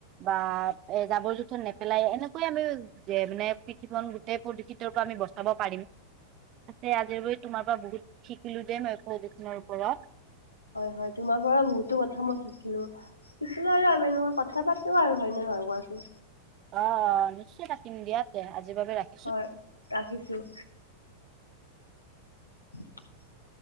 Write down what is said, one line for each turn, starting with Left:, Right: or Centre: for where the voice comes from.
Right: বা, এ জাবৰ জোথৰ নেপেলাই এনেকৈয়ে আমি যে মানে পৃথিৱীখন গোটেই প্ৰদূষিতৰ পৰা আমি বচাব পাৰিম তাকে আজি <unintelligible> তোমাৰ পৰা বহুত শিকিলো দেই মই প্ৰদূষণৰ ওপৰত।
Left: হয়, হয়, তোমাৰ পৰাও বহুতো কথা মই শিকিলোঁ। কিছুমান আমি এনেও কথা পাতো আৰু হয়নে নহয় কোৱাচোন
Right: অ', নিশ্চয় পাতিম দিয়া তে, আজিৰ বাবে ৰাখ
Left: হয়, ৰাখিছো। <inaudible>